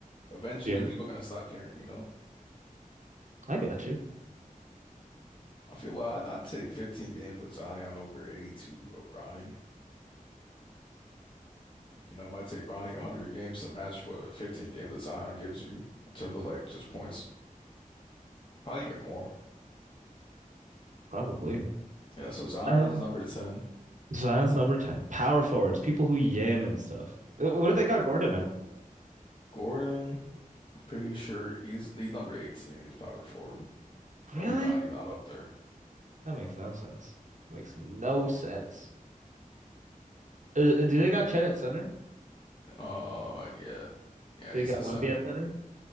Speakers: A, on the left; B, on the right.
A: Eventually,
B: yeah,
A: people are gonna stop caring, you know.
B: I got you.
A: I feel like I'd, I'd take 15 games of Zion over 82 of Bronny. You know, it might take Bronny 100 games to match what 15 games of Zion gives you in terms of like just points, probably even more.
B: Probably.
A: Yeah, so Zion's
B: Uh,
A: number 10.
B: Zion's number 10. Power forwards, people who yam and stuff. Uh, What
A: Yeah.
B: do they got Gordon at?
A: Gordon, I'm pretty sure he's he's number 18. He's power forward, but
B: Really?
A: he's not he's not up there.
B: That makes no sense. Makes no sense. Uh, uh, Do they got Chet at center?
A: Uh, yeah, yeah,
B: Do
A: he's
B: they got
A: the center.
B: Wemby at center?